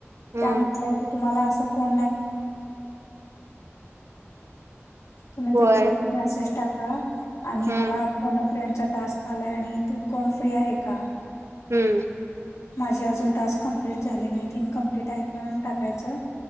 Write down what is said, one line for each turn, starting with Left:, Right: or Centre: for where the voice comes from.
Right: हम्म
Left: त्या म्हंटलं की तुम्हाला अस. प्र म्ह
Right: होय
Left: मेसेज टाका आणि
Right: हम्म
Left: मला पर्ण फ्रेंडचा टास्क आलाय आणि तू कोण फ्री आहे का?
Right: हम्म.
Left: माझे अजून टास्क कमप्लीट झाले नाहीत इनकमप्लीट आहेत म्हणून टाकायचं.